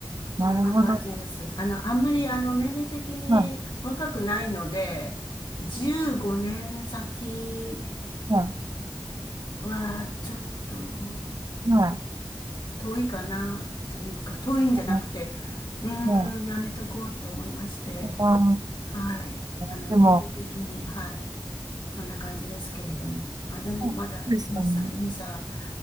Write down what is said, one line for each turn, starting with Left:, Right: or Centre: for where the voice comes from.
Left: そんな感じです。
Right: なるほど。
Left: あの、あんまりあの年齢的に若くないので、
Right: は
Left: 15年先
Right: い。は
Left: はちょっと
Right: い。はい。
Left: 遠いかなというか、遠いんじゃなくて、
Right: は
Left: うーん、
Right: い。は
Left: やめとこうと思いまして、
Right: い。あ
Left: はい。
Right: あ、
Left: あの、
Right: でも、
Left: 年齢的に、はい。そんな感じですけれども。あ、でもまだ2歳、
Right: そうですかね。
Left: 2歳。